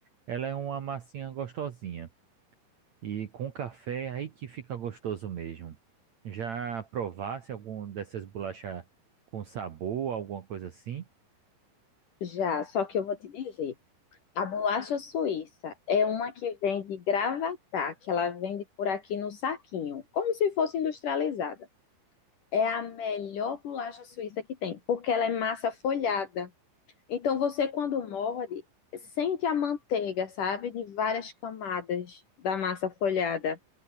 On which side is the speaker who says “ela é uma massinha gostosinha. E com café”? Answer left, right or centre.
Right